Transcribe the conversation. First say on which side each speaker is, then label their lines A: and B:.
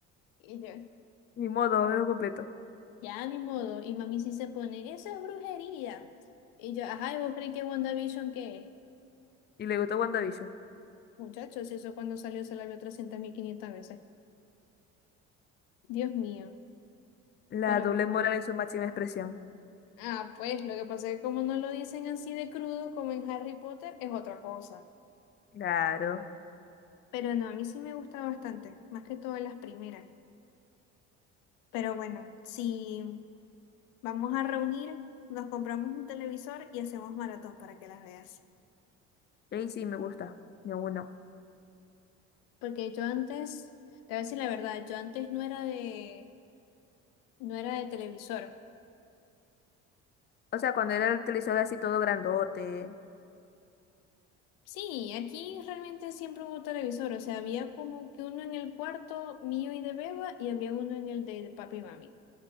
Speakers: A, on the left; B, on the left.
A: Y yo,
B: Ni modo, me lo completo.
A: ya ni modo. Y mami sí se pone, eso es brujería. Y yo, ajá, ¿y vos creí que WandaVision qué es?
B: Y le gustó WandaVision.
A: Muchachos, eso cuando salió se la vio 300.500 veces. Dios mío.
B: La
A: Pero
B: doble
A: bueno.
B: moral en su máxima expresión.
A: Ah, pues lo que pasa es que como no lo dicen así de crudo como en Harry Potter, es otra cosa.
B: Claro.
A: Pero no, a mí sí me gusta bastante, más que todo las primeras. Pero bueno, si vamos a reunir, nos compramos un televisor y hacemos maratón para que las veas.
B: Y sí me gusta. Ni uno.
A: Porque yo antes, te voy a decir la verdad, yo antes no era de, no era de televisor.
B: O sea, cuando era el televisor así todo grandote.
A: Sí, aquí realmente siempre hubo televisor, o sea, había como que uno en el cuarto mío y de Beba y había uno en el de papi y mami.